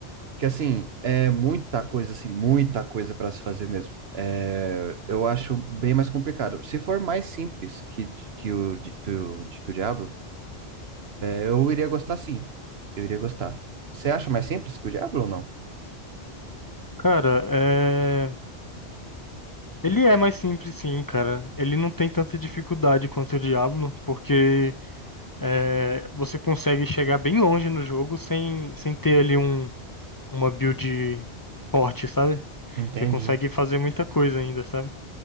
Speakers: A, on the right (about 65°); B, on the left (about 30°).
A: que assim, é muita coisa, assim, muita coisa para se fazer mesmo. É, eu acho bem mais complicado. Se for mais simples que, que o, que o, que o Diablo, Eu iria gostar sim. Eu iria gostar. Você acha mais simples que o Diablo ou não?
B: Cara, é... ele é mais simples, sim, cara. Ele não tem tanta dificuldade quanto o Diablo, porque é, você consegue chegar bem longe no jogo sem, sem ter ali um, uma build forte, sabe?
A: Entendi.
B: Você consegue fazer muita coisa ainda, sabe?